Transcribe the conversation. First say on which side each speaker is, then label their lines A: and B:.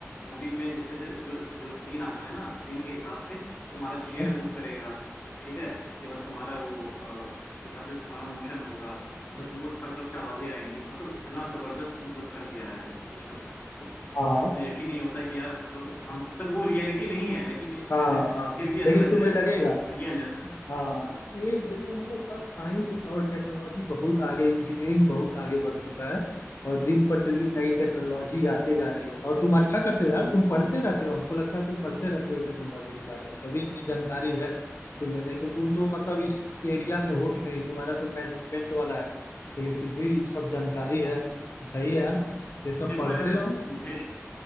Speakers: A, on the left (about 40°); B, on the left (about 60°).
A: मूवी में जैसे जैसे जो जो सीन आता है ना सीन के हिसाब से तुम्हारा चेयर
B: हाँ
A: मूव करेगा ठीक है उसके बाद तुम्हारा वो अ, उसके हिसाब से तुम्हारा मोशन होगा तो तुमको हर तरफ से आवाजें आएंगी मतलब इतना जबरदस्त मतलब कर दिया है सिस्टम को
B: हाँ हाँ
A: तो यकीन नहीं होता कि यार हम लोग हम मतलब वो रियलिटी नहीं है लेकिन <laughs>
B: हाँ हाँ, हाँ,
A: फिर भी ऐसा
B: लेकिन
A: लगता
B: तुम्हें
A: है
B: लगेगा
A: रियल जैसा
B: हाँ
A: हाँ
B: ये देखो मतलब सब साइंस और टेक्नोलॉजी बहुत आगे इंजीनियरिंग बहुत आगे बढ़ चुका है और दिन प्रतिदिन नई टेक्नोलॉजी आते जा रही है और तुम अच्छा करते हो यार तुम पढ़ते रहते हो हमको लगता है तुम पढ़ते रहते हो टेक्नोलॉजी के बारे में तभी इतनी जानकारी है तुम्हें नहीं तो तुम तो मतलब इस एरिया में हो भी नहीं तुम्हारा तो मैनेजमेंट वाला है लेकिन फिर भी सब जानकारी है सही है यार ये सब
A: देखो
B: पढ़ते
A: यार
B: रहो
A: मुझे